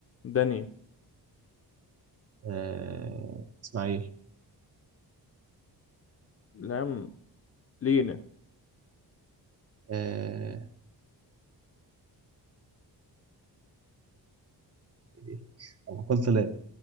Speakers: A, on the left; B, on the right.
A: داني
B: آه... اسماعيل
A: لام لينا
B: آه... إيه؟ أنا قلت لا